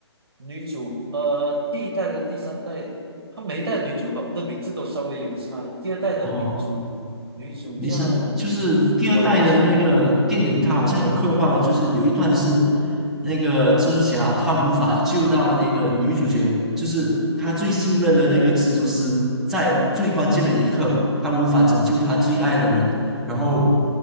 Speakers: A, on the right; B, in the centre.
A: 女主呃第一代跟第三代，她每一代的女主好的名字都稍微有差异。第二代的女主女主叫
B: 哦。没事，就是第二代的那个电影，
A: 我也忘记了。
B: 它好像有刻画了，就是有一段是那个蜘蛛侠他无法救到那个女主角，就是他最信任的那个蜘蛛丝，在最关键的一刻，他无法拯救他最爱的人，然后